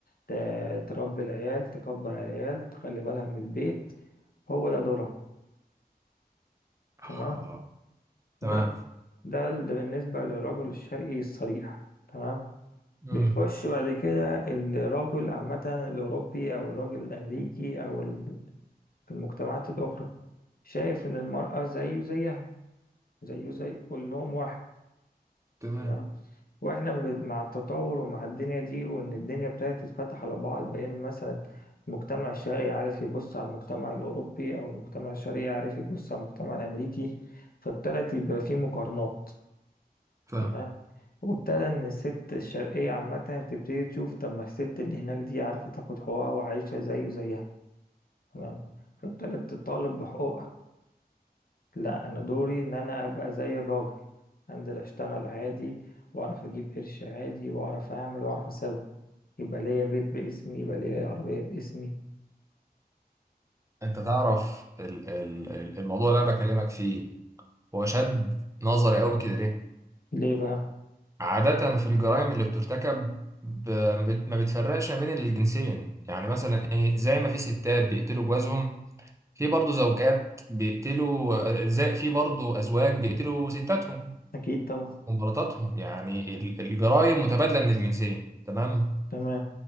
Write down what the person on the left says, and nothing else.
ت- تربي العيال تكبر العيال تخلي بالها من البيت هو ده دورها تمام
ده ده ده بالنسبة للرجل الشرقي الصريح تمام
بيخش بعد كده الرجل عامة الأوروبي أو الرجل الأمريكي أو ال- في المجتمعات الأخرى شايف إن المرأة زيه زيها زيه زي كلهم واحد
تمام واحنا ب- مع التطور ومع الدنيا دي وان الدنيا ابتدت تتفتح على بعض بين مثلا المجتمع الشرقي عارف يبص على المجتمع الاوروبي او المجتمع الشرقي عارف يبص على المجتمع الامريكي فابتدت يبقى في مقارنات
تمام وابتدى ان الست الشرقية عامة بتبتدي تشوف طب ما الست اللي هناك دي عارفة تاخد حقوقها وعايشة زيه زيها تمام فابتدت تطالب بحقوقها لا انا دوري ان انا ابقى زي الراجل انزل اشتغل عادي واعرف اجيب قرش عادي واعرف اعمل واعرف اسوي يبقى ليا بيت باسمي يبقى ليا عربية باسمي
ليه بقى
اكيد طبعا
تمام